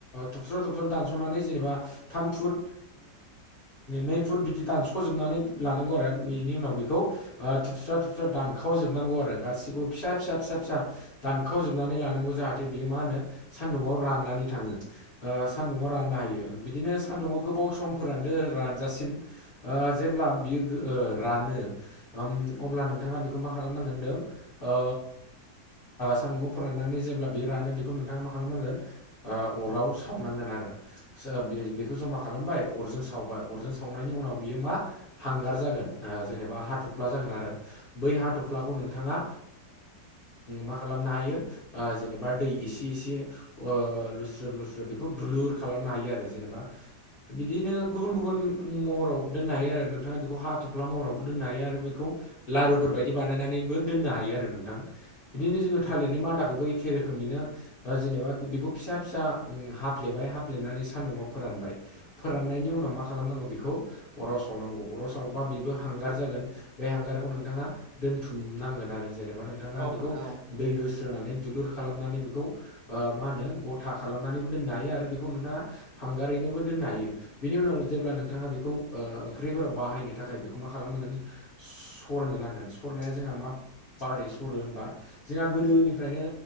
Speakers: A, on the left (about 55°); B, on the right (about 70°).
A: थबस्र थ्रबस्र दानस'नानै जेनेबा थाम फुट, नै फुट बिदि दानस'जोबनानै लानांगौ आरो बेनि उनाव बेखौ थुबस्रा थुबस्रा दानखावजोबनांगौ आरो गासिखौबो फिसा फिसा फिसा फिसा दानखाव जोबनानै लानांगौ जाहाथे बियो मा होनो सान्दुङाव राननानै थाङो सान्दुङाव राननो हायो। यो बिदिनो सान्दुुङाव गोबाव समफोरान दो रानजासिम जेब्ला बियो ओ रानो अब्ला नोंथाङा बेखौ मा खालामनांगोनदों ओ सानदुङाव फोराननानै जेब्ला बे रानो बेखौ नोंथाङा मा खालामनांगोन अराव सावनांगोन आरो आरो बे बेखौ जमा खालामबाय अरजों सावबाय अरजों सावनायनि उनाव बियो मा हांगार जागोन। जेनेबा हाथफ्ला जागोन आरो बै हाथफ्लाखौ नोंथाङा मा खालाम नो हायो जेनेबा दै एसे एसे लुस्रो लुस्रो बेखौ दुलुर खालामनो हायो। बिदि आरो जेनबा बिदिनो गुबुन गुबुन महराव दोननो हायो आरो नोंथाङा बेखौ हाथ फ्ला महरावबो दनो हायो आरो बेखौ लारुफोर बायदि बानायनानैबो दोननो हायो आरो नोंथां बिदिनो जों थालिरनि मादाखौबो एखे रोखोमैनो जेनेबा बेखौ फिसा फिसा हाफ्लेबाय हाफ्लेनानै सानदुङाव फोरानबाय फोरनायनि उनाव मा खालामनांगौ बिखौ अराव सावनांगौ अराव साव बा बेबो हांगार जागोन बे हांगारखौ नोंथाङा दोनथुमनांगोन आरो। जेनेबा नोंथाङा
B: औ
A: बेखौ
B: नोंथां औ
A: दै होस्रोनानै दुलुर खालामनानै बेखौ मा होनो गथा खालामनानैबो दोननो हायो आरो बेखौ नोंथाङा हांगारै बो दोननो हायो बेनि उनाव जेब्ला नोंथाङा बिखौ ओंख्रिफोराव बाहायनो थाखाय बेखौ मा खालामनांगोन सरनो नांगोन सरनाया जोंहा माबारै सरो होमबा जोंहा गोदोनिफ्रायनो